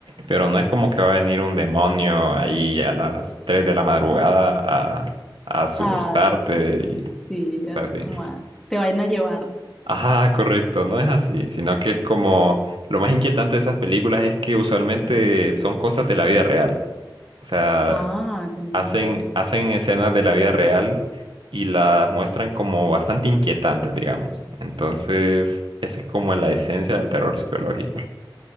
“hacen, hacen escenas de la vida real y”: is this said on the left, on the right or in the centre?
Right